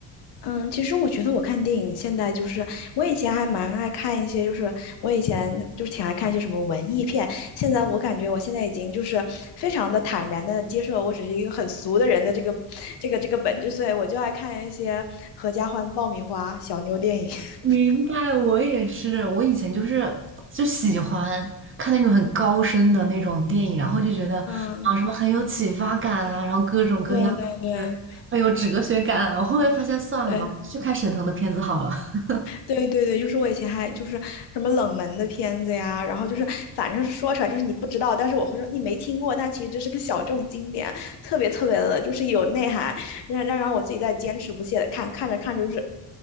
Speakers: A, on the left (about 65°); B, on the right (about 30°).
A: 嗯，其实我觉得我看电影现在就是我以前还蛮爱看一些，就是我以前就是挺爱看一些什么文艺片。现在我感觉我现在已经就是非常的坦然的接受，我只是一个很俗的人的这个这个这个本质，所以我就爱看一些合家欢、爆米花、小妞电影。<laughs>
B: 明白，我也是。我以前就是就喜欢看那种很高深的那种电影，然后就觉得啊，
A: 嗯，
B: 什么很有启发感啊，然后各种各样，
A: 对对对
B: 就是很有哲学感啊我后面发现算了吧，
A: 对。
B: 去看沈腾的片子好了。<laughs>
A: 对对对，就是我以前还就是什么冷门的片子呀，然后就是反正是说出来就是你不知道，但是我会说你没听过，但其实这是个小众经典，特别特别的，就是有内涵，让然后我自己在坚持不懈的看，看着看着就是。